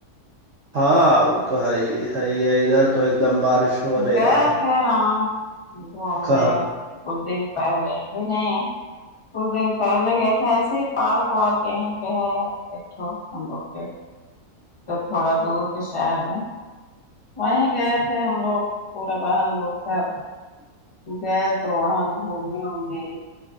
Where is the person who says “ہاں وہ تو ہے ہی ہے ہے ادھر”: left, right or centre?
Right